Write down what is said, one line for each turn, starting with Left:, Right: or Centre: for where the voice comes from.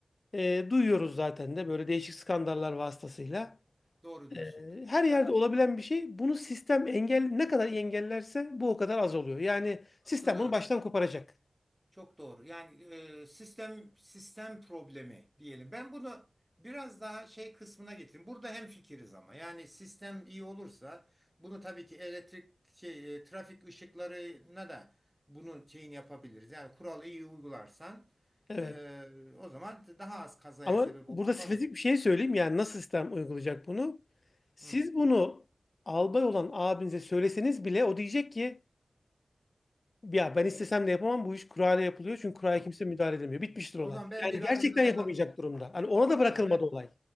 Left: e, duyuyoruz zaten de böyle değişik skandallar vasıtasıyla.
Centre: Doğru diyorsun.
Left: E, her yerde
Centre: Ya
Left: olabilen bir şey. Bunu sistem engel ne kadar iyi engellerse bu o kadar az oluyor. Yani
Centre: katılıyorum.
Left: sistem bunu baştan koparacak.
Centre: Çok doğru. Yani e, sistem sistem problemi diyelim. Ben bunu biraz daha şey kısmına getireyim. Burada hem fikiriz ama. Yani sistem iyi olursa bunu tabii ki elektrik şey e, trafik ışıklarına da bunun şeyini yapabiliriz. Yani kuralı iyi uygularsan
Left: Evet.
Centre: e, o zaman daha az kazaya
Left: Ama
Centre: sebep
Left: burada
Centre: olur
Left: spesifik
Centre: falan.
Left: bir şey söyleyeyim. Yani nasıl sistem uygulayacak bunu? Siz
Centre: Hı.
Left: bunu albay olan abinize söyleseniz bile o diyecek ki ya ben istesem de yapamam bu iş kurayla yapılıyor çünkü kuraya
Centre: Tamam.
Left: kimse müdahale edemiyor. Bitmiştir
Centre: O
Left: olay.
Centre: zaman ben
Left: Yani
Centre: bir adım
Left: gerçekten
Centre: da
Left: yapamayacak
Centre: ben atayım.
Left: durumda. Hani ona da
Centre: Ha,
Left: bırakılmadı
Centre: ben
Left: olay.